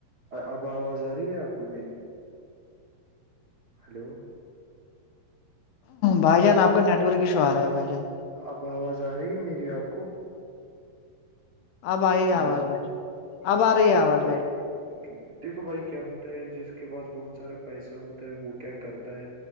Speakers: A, on the right; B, on the left.
A: اب آواز آ رہی ہے آپ کو میری ہلو
B: بھائی جان آپ کا نیٹ ورک ایشو آ رہا ہے بھائی جان
A: اب آواز آ رہی ہے میری آپ کو
B: آبھائی
A: ہلو
B: آواز بھائی آبارے ہی
A: دیکھو
B: آواز بھائی
A: <inaudible> دیکھو بھائی کیا ہوتا ہے جس کے پاس بہت سارا پیسہ ہوتا ہے وہ کیا کرتا ہے